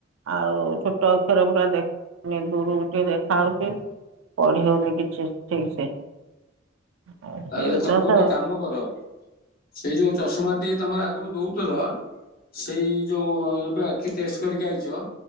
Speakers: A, on the right; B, on the left.
A: ଆଉ ଛୋଟ ଅକ୍ଷର ପୁରା ଦେ ଦୂରକୁ ଟିକେ ଦେଖା ହଉଛି। ପଢି଼ ହଉନି କିଛି ଠିକ ସେ। ଆଉ
B: ତାହେଲେ
A: ସେ
B: ତମେ
A: ଦଶ
B: ଗୋଟେ କାମ କର ସେଇ ଯୋଉ ଚଷମା ଟି ତମେ ଆଗରୁ ଦଉଥିଲ ସେଇ ଯୋଉ ଏବେ ଆଖି ଟେଷ୍ଟ କରିକି ଆଇଚ